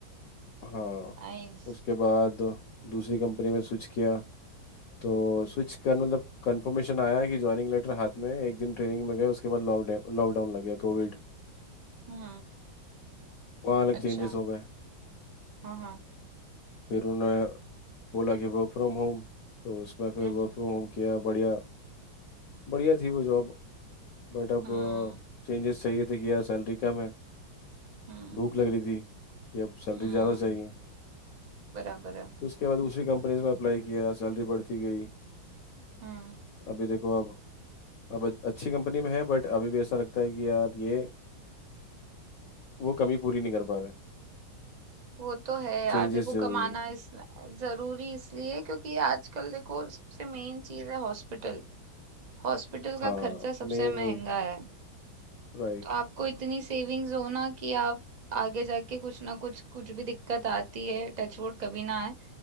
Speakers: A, on the left; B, on the right.
A: हाँ
B: नाइस
A: उसके बाद दूसरी कंपनी में स्विच किया तो स्विच कर मतलब कंफर्मेशन आया कि ज्वाइनिंग लेटर हाथ में एक दिन ट्रेनिंग में गए उसके बाद लॉकडाउन लॉकडाउन लग गया कोविड
B: हम्म
A: वहाँ अलग
B: अच्छा
A: चेंजेस हो गए
B: हाँ हाँ
A: फिर उन्होंने बोला कि वर्क फ्रॉम होम तो उसमें फिर
B: हम्म
A: वर्क फ्रॉम होम किया बढ़िया बढ़िया थी वो जॉब बट अब
B: हम्म
A: चेंजेस चाहिए थे किया सैलरी कम है
B: हम्म
A: भूख लग रही थी कि अब सैलरी
B: हम्म,
A: ज़्यादा चाहिए
B: बराबर है
A: तो उसके बाद दूसरी कंपनीज में अप्लाई किया सैलरी बढ़ती गई
B: हम्म
A: अभी देखो अब अब अच- अच्छी कंपनी में है बट अभी भी ऐसा लगता है कि यार ये वो कमी पूरी नहीं कर पा रहा है
B: वो तो है यार
A: चेंजेस
B: देखो
A: जरूरी
B: कमाना इस जरूरी इसलिए क्योंकि आजकल देखो सबसे मेन चीज है हॉस्पिटल हॉस्पिटल
A: हाँ
B: का खर्चा सबसे
A: मेन वही
B: महंगा है
A: राइट
B: तो आपको इतनी सेविंग्स हो ना कि आप आगे जाके कुछ ना कुछ कुछ भी दिक्कत आती है टच वुड कभी ना आए